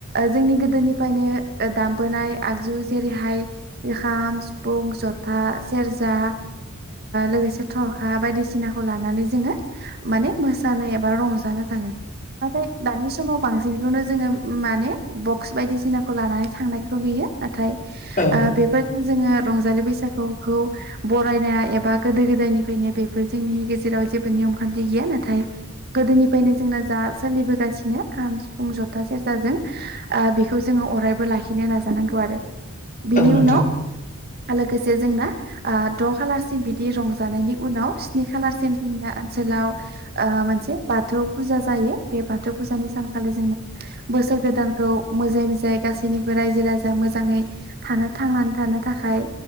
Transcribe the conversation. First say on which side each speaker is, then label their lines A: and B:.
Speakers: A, on the right; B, on the left.
A: जोंनि गोदोनिफ्रायनो दामबोनाय आगजु जेरैहाय खाम, सिफुं, जथा, सेरजा लोगोसे थरखा बायदिसिनाखौ लानानै जोङो माने मोसानो एबा रंजानो थाङो। नाथाय दानि समाव बांसिनखौनो जोङो माने बक्स बायदिसिनाखौ लानानै थांनायखौ नुयो। नाथाय
B: औ
A: बेफोर जोङो रंजालि बैसागुखौ बरायनाय एबा गोदो गोदायनिफ्रायनो बेफोर जोंनि गेजेराव जेबो निम खान्थि गैया। नाथाय गोदोनिफ्रायनो जोंना जा सोलिबोगासिनो खाम सिफुं जथा सेरजाजों बेखौ जोङो अरायबो लाखिनो नाजानांगौ आरो बिनि
B: औ नोंथां औ नोंथां
A: उनाव लोगोसे जोंना द' खालारसिम बिदि रंजानायनि उनाव स्नि खालारसिम जोंनि ओनसोलाव मोनसे बाथौ फुजा जायो बे बाथौ फुजानि सानखालि जोङो बोसोर गोदानखौ मोजां मोजाङै गासैनिबो रायजो राजा मोजाङै थानो थांनानै थानो थाखाय